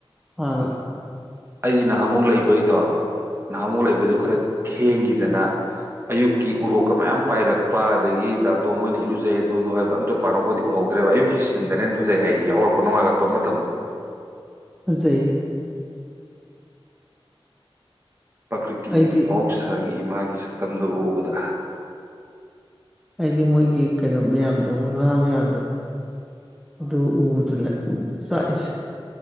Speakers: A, in the centre; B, on the right.
A: ꯐꯥꯅ
B: ꯑꯩꯗꯤ ꯅꯍꯥꯟꯃꯨꯛ ꯂꯩꯕꯩꯗꯣ ꯅꯍꯥꯃꯨꯛ ꯂꯩꯕꯗꯣ ꯈꯔ ꯊꯦꯡꯈꯤꯗꯅ ꯑꯌꯨꯛꯀꯤ ꯎꯔꯣꯛ ꯃꯌꯥꯝ ꯄꯥꯏꯔꯛꯄ ꯑꯗꯒꯤ ꯇꯣ ꯃꯣꯏꯅ ꯏꯔꯨꯖꯩ ꯑꯗꯨꯗꯣ ꯍꯥꯏꯕ ꯑꯝꯇ ꯄꯥꯟꯅꯈꯣꯏꯗꯤ ꯎꯍꯧꯦ ꯑꯗꯨ ꯑꯌꯛꯀꯤ ꯁꯤꯟꯗꯅꯅꯦꯅ ꯐꯖꯩ ꯍꯥꯏꯌꯦ ꯌꯥꯎꯔꯛꯄ ꯅꯣꯡꯉꯥꯜꯂꯛꯄ ꯃꯇꯝꯗꯣ
A: ꯐꯖꯩ
B: ꯎ ꯄ꯭ꯔꯀꯤ꯭ꯔꯤꯇꯤ
A: ꯑꯩꯗꯤ
B: ꯃꯍꯧꯁꯥꯒꯤ ꯏꯃꯥꯒꯤ ꯁꯛꯇꯝꯗꯨꯣ ꯎꯕꯗ
A: ꯍꯥꯏꯗꯤ ꯃꯣꯏꯒꯤ ꯀꯩꯅꯣ ꯃꯌꯥꯝꯗꯣ ꯉꯥ ꯃꯌꯥꯝꯗꯣ ꯑꯗꯨ ꯎꯕꯗꯨꯅ ꯆꯥꯛꯏꯁꯦ